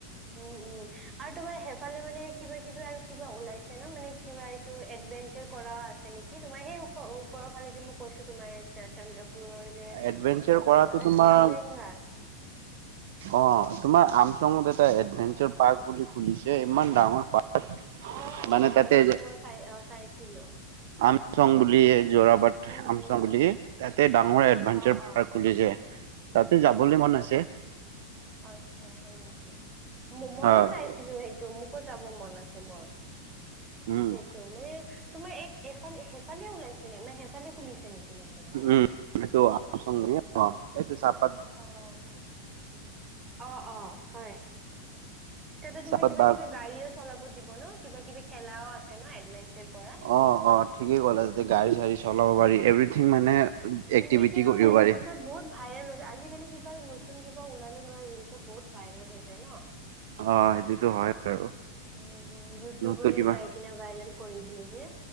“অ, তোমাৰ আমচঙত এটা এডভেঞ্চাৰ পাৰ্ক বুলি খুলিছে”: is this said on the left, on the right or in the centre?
Right